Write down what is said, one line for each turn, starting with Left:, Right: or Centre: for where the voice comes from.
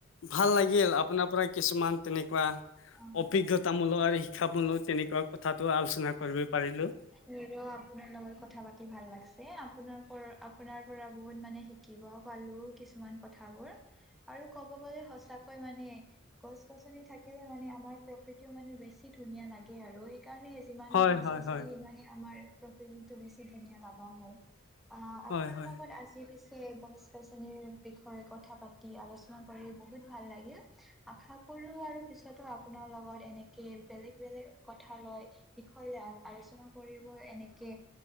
Left: ভাল লাগিল আপোনাৰ পৰা কিছুমান তেনেকুৱা
Centre: অ',
Left: অভিজ্ঞতামূলক
Centre: অ'।
Left: আৰু শিক্ষামূলক তেনেকুৱা কথাটো আলোচনা কৰিব পাৰিলো।
Centre: হ আপোনাৰ লগত কথা পাতি ভাল লাগছে আপোনাৰ পৰা আপোনাৰ পৰা বহুত মানে শিকি পালো কিছুমান কথাবোৰ। আৰু ক'ব গলে সচাকৈ মানে গছ গছনি থাকিলে মানে আমাৰ প্ৰকৃতিও মানে বেছি ধুনীয়া লাগে আৰু সেইকাৰণে যিমানে
Left: হয়
Centre: গছ
Left: হয়
Centre: গছনি
Left: হয়
Centre: সিমানে আমাৰ প্ৰকৃতিটো বেছি ধুনীয়া লগা হয়। অ আপোনাৰ
Left: হয় হয়
Centre: লগত আজি পিছে গছ গছনিৰ বিষয়ে কথা পাতি আলোচনা কৰি বহুত ভাল লাগিল। আশা লো আৰু পিছতো আপোনাৰ লগত এনেকে বেলেগ বেলেগ কথা লয় বিষয় লৈ আলোচনা কৰিব এনেকে